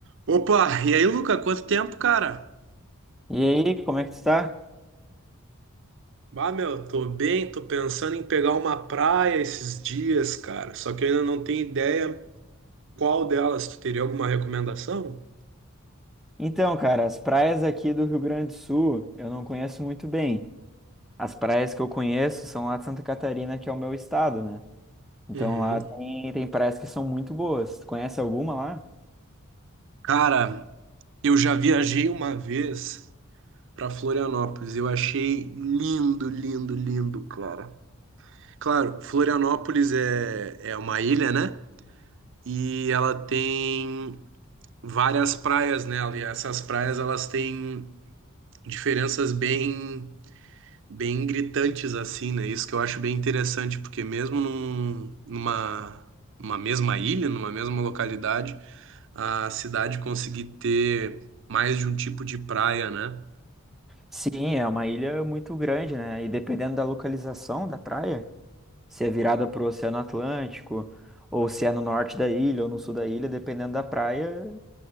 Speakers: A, on the right (about 55°); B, in the centre.
A: Opa, e aí, Luca, quanto tempo, cara?
B: E aí, como é que tu tá?
A: Bah, meu, tô bem, tô pensando em pegar uma praia esses dias, cara. Só que eu ainda não tenho ideia qual delas. Tu teria alguma recomendação?
B: Então, cara, as praias aqui do Rio Grande do Sul eu não conheço muito bem. As praias que eu conheço são lá de Santa Catarina, que é o meu estado, né? Então
A: Uhum.
B: lá tem, tem praias que são muito boas. Tu conhece alguma lá?
A: Cara, eu já viajei uma vez pra Florianópolis. Eu achei lindo, lindo, lindo, cara. Claro, Florianópolis é, é uma ilha, né? E ela tem várias praias nela. E essas praias, elas têm diferenças bem bem gritantes assim, né? Isso que eu acho bem interessante, porque mesmo num, numa, numa mesma ilha, numa mesma localidade, a cidade conseguir ter mais de um tipo de praia, né?
B: Sim, é uma ilha muito grande, né? E dependendo da localização da praia, se é virada pro Oceano Atlântico, ou se é no norte da ilha ou no sul da ilha, dependendo da praia,